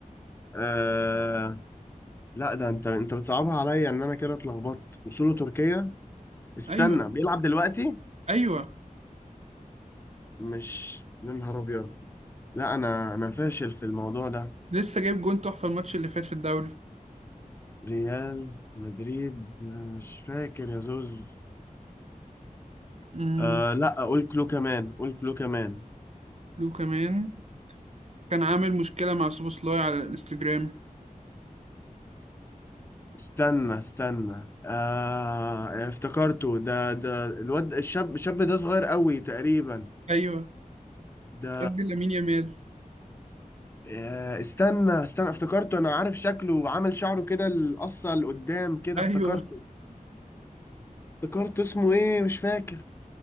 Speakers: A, on the left; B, on the right.
A: آه... لا ده انت انت بتصعبها عليا ان انا كده اتلخبطت وصوله تركيا استنى
B: أيوه
A: بيلعب دلوقتي
B: أيوه
A: مش يا نهار ابيض لا انا انا فاشل في الموضوع ده
B: لسه جايب جون تحفة الماتش اللي فات في الدوري
A: ريال مدريد أنا مش فاكر يا زوز
B: امم
A: آه لا قول كلو كمان قول كلو كمان
B: لو كمان كان عامل مشكلة مع سوبوسلاي على الانستجرام
A: استنى استنى آه افتكرته ده ده الواد الشاب الشاب ده صغير قوي تقريبا
B: ايوه
A: ده
B: ارض لامين يامال
A: آه استنى استنى افتكرته انا عارف شكله وعامل شعره كده القصة لقدام كده
B: ايوه
A: افتكرته افتكرته اسمه ايه مش فاكر